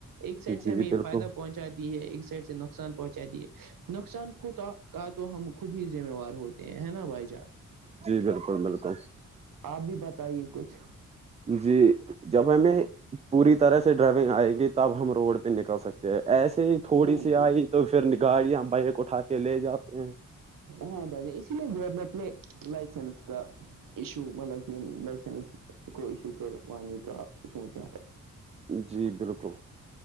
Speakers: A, on the right; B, on the right.
A: ایک سائڈ سے
B: جی
A: ہمیں
B: بالکل
A: فائدہ پہنچا دی ہے ایک سائڈ سے نقصان پہنچا دی ہے نقصان کوتا کا تو ہم خود ہی ذمہوار ہوتے ہیں ہے نا بھائی جان
B: جی بالکل بالکل
A: آپ بھی بتائیے کچھ
B: جی جب ہمیں پوری طرح سے ڈرائیونگ آئے گی تب ہم روڈ پہ پ نکل سکتے ہیں ایسے ہی
A: ہاں
B: تھوڑی سی
A: بھائی
B: آئی تو پھر گاڑیاں بائک اٹھا کے لے جاتے ہیں <unintelligible>
A: ہاں بھائی اسی لیے گورنمنٹ نے لائسنس کا ایشو مطلب کہ لائسنس کو ایشو کروانے کا سوچا ہے
B: جی بالکل